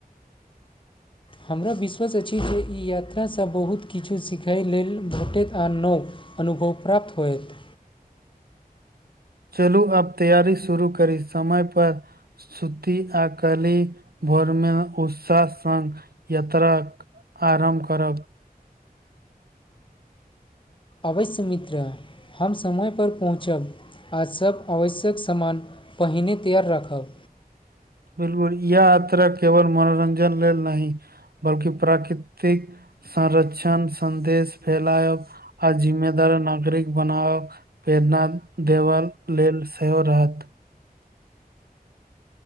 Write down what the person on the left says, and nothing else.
हमरा विश्वास अछि जे ई यात्रासँ बहुत किछु सिखै लेल भेटैत आ नओ अनुभव प्राप्त होयत
अवश्य मित्र हम समयपर पहुँचब आ सब आवश्यक समान पहिने तैयार राखब